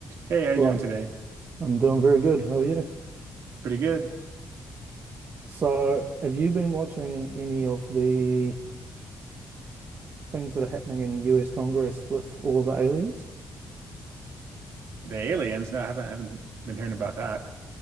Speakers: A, on the right; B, on the right.
A: Hey, how you
B: Right.
A: doing today?
B: I'm doing very good. How are you?
A: Pretty good.
B: So, have you been watching any of the things that are happening in US Congress with all of the aliens?
A: The aliens? No, I haven't haven't been hearing about that.